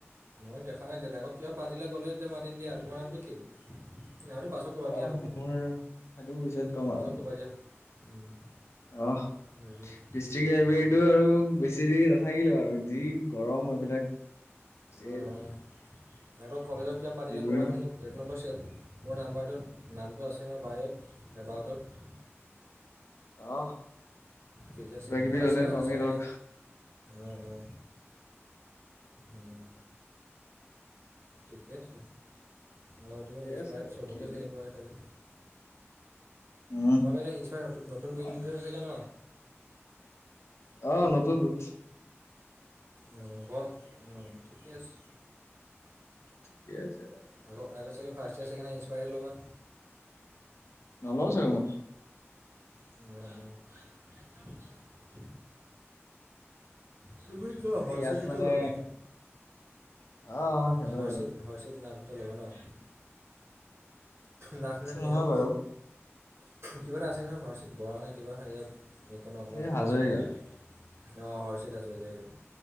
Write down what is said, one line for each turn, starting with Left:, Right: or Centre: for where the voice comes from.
Right: ময়ো দেখা নাই জেনেকে কিবা পাতিলে গ'লে তাতে মাতিম দিয়া তোমাৰ নামটো কি? নামটো পাছত ক'বা
Left: আহ,
Right: দিয়া হ'ব।
Left: মোৰ সেইটো পিছত কম
Right: পাছত
Left: আৰু।
Right: ক'বা দিয়া। উম,
Left: অহ,
Right: হেৰি
Left: ডিষ্ট্ৰিক লাইব্ৰেৰীটো
Right: কি বুলি কয়
Left: আৰু বেছি দিন নাথাকিলোঁ আৰু যি গৰম এইবিলাক গুচি
Right: অঁহ,
Left: আহিলো
Right: আকৌ কলেজত কিবা
Left: থাকিবই
Right: পাতিলে ক'বাচোন
Left: নোৱাৰি
Right: মোক? এটো নম্বৰ ছেভ, মোৰ নাম্বাৰটোত নামটো আছে ন বায়'ত এবাউটত।
Left: অহ।
Right: ঠিক আছে,
Left: কিবা কিবি
Right: মই
Left: হ'লে
Right: আছে মানুহ
Left: পামেই
Right: চিনাকি
Left: লগ
Right: অ অ। উম। ঠিকে আছে, অঁ তুমি
Left: ঠিকে
Right: ইনস্পায়াৰ্ড
Left: আছে বাকী
Right: চবকে
Left: আৰু
Right: চিনি পোৱাই চাগে?
Left: উম
Right: তোমাৰ এতিয়া ইনস্পায়াৰ্ড নতুন নতুন বিল্ডিংটো
Left: হয়
Right: হে চাগে ন?
Left: অ নতুনটোত।
Right: অহ ঘৰ অহ ঠিকে আছে।
Left: ঠিকে আছে তেনেহলে।
Right: আকৌ আকৌ চাগে first year second year inspired লবা।
Left: নলওঁ চাগে মই।
Right: আহ। তুমি কা হৰ্চিতিতে
Left: এই ইয়াত মানে
Right: লবা?
Left: অ অ সিহঁতৰ
Right: হৰ্ষিত
Left: লগত
Right: হৰ্ষিত নাথটো ল'ব ন? নাথ নে
Left: নহয়
Right: নেওগ‌
Left: বাৰু
Right: কিবা এটা আছিল নহ', হৰ্ষিত বৰা নে কিবা ‍ হেৰিয়ত', লেকখনৰ অকণমান
Left: এই হাজৰিকা
Right: ওচৰতে অহ', হৰ্ষিত হাজৰিকীয়া এইটো',